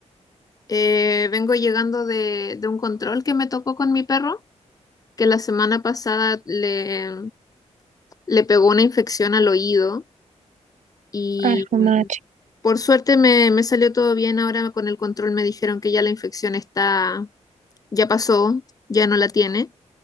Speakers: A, on the left (about 30°); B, on the right (about 85°).
A: eh, vengo llegando de, de un control que me tocó con mi perro, que la semana pasada le, le pegó una infección al oído y
B: Ay, jue madre.
A: por suerte me, me salió todo bien. Ahora con el control me dijeron que ya la infección está, ya pasó, ya no la tiene